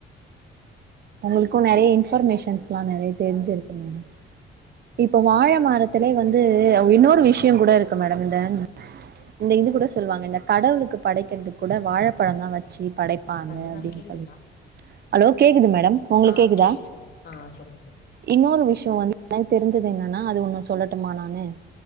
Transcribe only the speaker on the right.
உங்களுக்கு நெறைய இன்ஃபர்மேஷன்ஸ்லா நெறைய தெரிஞ்சிருக்கு மேடம் இப்போ வாழ மரத்துலே வந்து அ இன்னொரு விஷயம் கூட இருக்கு மேடம் இந்த இந்த இது கூட சொல்வாங்க இந்த கடவுளுக்கு படைக்கிறதுக் கூட வாழப்பழந்தா வச்சி படைப் ப்பாங்க
அப்டின்னு
சொல்லிட்டு ஹலோ கேக்குது மேடம் உங்களுக்கு
கேக்குதா
இன்னொரு விஷயோ வந்து எனக்கு தெரிஞ்சது என்னன்னா அது ஒண்ணு சொல்லட்டுமா நானு